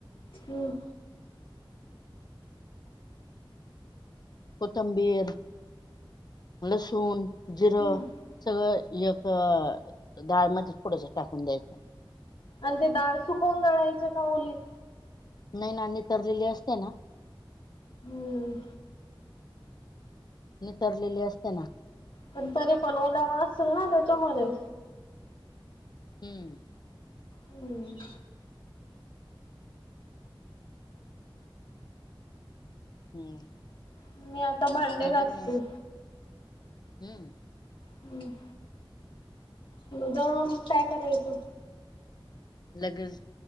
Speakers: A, on the left (about 70°); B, on the left (about 50°).
A: हम्म
B: कोथंबीर, लसूण, जिर
A: हम्म
B: सगळं एक डाळ मधे थोडसं टाकून द्यायचं.
A: अन ते दाळ सुकवून दळायचे का ओली?
B: नही ना नितरलेली असते ना
A: हम्म
B: नितरलेली असते ना.
A: पण तरी पण ओलावा असेल ना त्याच्यामधे?
B: हम्म
A: हम्म
B: हम्म
A: मी आता भांडे
B: मग
A: घासते.
B: दळून आण हम्म
A: हम्म. मं दळून काय करायचं?
B: लगेच